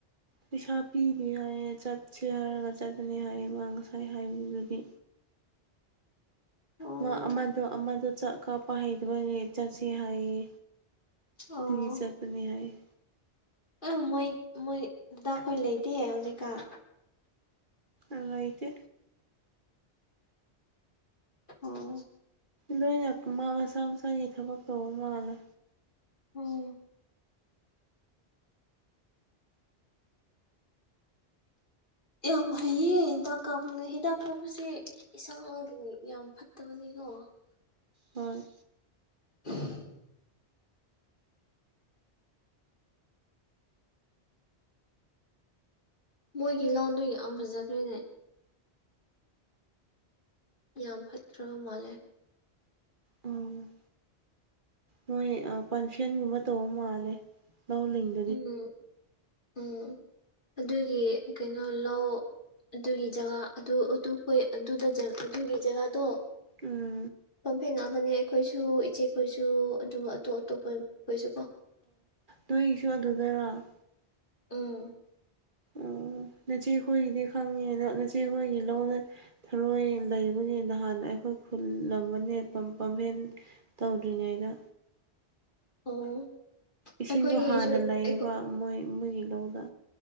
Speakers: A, on the right (about 50°); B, on the left (about 50°).
A: ꯄꯩꯁꯥ ꯄꯤꯅꯤ ꯍꯥꯏꯌꯦ ꯆꯠꯁꯦ ꯍꯥꯏꯔꯒ ꯆꯠꯀꯅꯤ ꯍꯥꯏꯌꯦ ꯃꯥ ꯉꯁꯥꯏ ꯍꯥꯏꯕꯗꯨꯗꯤ
B: ꯑꯣ
A: ꯃꯥ ꯑꯃꯗꯣ ꯑꯃꯗ ꯆꯠ ꯀꯥꯞꯄ ꯍꯩꯗꯕꯒꯤ ꯆꯠꯁꯤ ꯍꯥꯏꯌꯦ
B: ꯑꯣ
A: ꯐ ꯆꯄꯅꯦ ꯍꯥꯏꯌꯦ
B: ꯑꯥ ꯃꯣꯏ ꯃꯣꯏꯗ ꯑꯩꯈꯣꯏ ꯂꯩꯇꯦ ꯍꯧꯖꯤꯛꯀꯥꯟ
A: ꯑꯥꯏꯗꯤ
B: ꯑꯣ
A: ꯅꯣꯏꯅ ꯃꯥ ꯃꯁꯥ ꯃꯁꯥꯒꯤ ꯊꯕꯛ ꯇꯧꯕ ꯃꯥꯜꯂꯦ
B: ꯎꯝ ꯌꯥꯝ ꯍꯩꯌꯦ ꯍꯤꯗꯥꯛ ꯀꯥꯞꯕꯒ ꯍꯤꯗꯥꯛ ꯀꯥꯞꯄꯁꯦ ꯏꯁꯥꯒꯤ ꯌꯥꯝ ꯐꯠꯇꯕꯅꯤꯒꯣ
A: ꯍꯣꯏ
B: <inaudible> ꯃꯣꯏꯒꯤ ꯂꯥꯎꯗꯨ ꯌꯥꯝ ꯐꯖꯈ꯭ꯔꯦꯅꯦ ꯌꯥꯝ ꯐꯠꯈ꯭ꯔꯕ ꯃꯥꯜꯂꯦ
A: ꯎꯝ ꯃꯣꯏ ꯐꯪꯁꯟꯒꯨꯝꯕ ꯇꯧꯕ ꯃꯥꯜꯂꯦ ꯂꯧ ꯂꯤꯡꯦ
B: ꯎꯝ ꯎꯝ ꯑꯗꯨꯒꯤ ꯀꯩꯅꯣ ꯂꯧ ꯑꯗꯨꯒꯤ ꯖꯒꯥ ꯑꯗꯨꯣꯏ ꯑꯗꯨꯒꯤ ꯖꯒꯥꯗꯣ
A: ꯎꯝ
B: ꯄꯝꯐꯦꯟ ꯉꯥꯛꯇꯅꯦ ꯑꯩꯈꯣꯏꯁꯨ ꯏꯆꯦꯈꯣꯏꯁꯨ ꯑꯗꯨꯒ ꯑꯇꯣꯞ ꯑꯇꯣꯞꯄ ꯈꯣꯏꯁꯨ ꯀꯣ
A: ꯅꯣꯏ ꯁꯣ ꯑꯗꯨꯗꯣꯏꯔꯣ
B: ꯎꯝ
A: ꯎ ꯃꯆꯦꯈꯣꯏꯒꯤꯗꯤ ꯈꯪꯉꯦꯅ ꯅꯆꯦꯈꯣꯏꯒꯤ ꯂꯧꯅ ꯊꯔꯣꯏ ꯂꯩꯕꯅꯤ ꯅꯍꯥꯟ ꯑꯩꯈꯣꯏ ꯈꯨꯜꯂꯝꯕꯅꯦ ꯄꯥꯝꯚꯦꯟ ꯇꯧꯗ꯭ꯔꯤꯉꯩꯗ
B: ꯑꯣ
A: ꯏꯁꯤꯡꯗꯣ
B: ꯑꯩꯈꯣꯏꯒꯤ
A: ꯍꯥꯟꯅ ꯂꯩꯌꯦꯕ
B: ꯑꯩꯈꯣꯏ
A: ꯃꯣꯏ ꯃꯣꯏꯒꯤ ꯂꯧꯗ